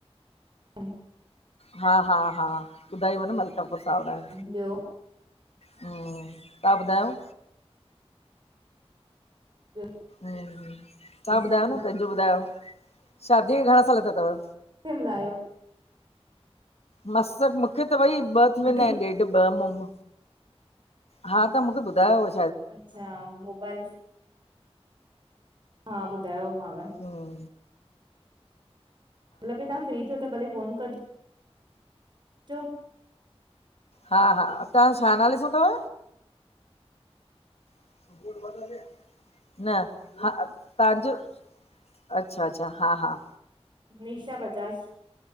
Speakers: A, on the right; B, on the left.
A: हूं।
B: हा हा हा ॿुधायव न मलकापुर सावरा आहे।
A: हम्म ॿियो
B: हूं, तां ॿुधायो।
A: <inaudible>
B: तव्हां ॿुधायो
A: सभु
B: न
A: ठीकु
B: पंहिंजो ॿुधायो शादीअ खे घणा साल थिया थव?
A: खे मिलायो
B: मस, मुखे त भई ॿ थी
A: मूंखे
B: वेंदा आहिनि ॾेढ ॿ मुम हा त मुखे ॿुधायो अॼ।
A: अच्छा मोबाइल हा ॿुधायोमांव।
B: हूं।
A: मतलब बि तव्हां फ्री थियो त भले फोन कजो।
B: हा हा तव्हां छा नाले सां थव? <unintelligible> न हा तव्हांजो अच्छा अच्छा हा हा।
A: निशा बजाज।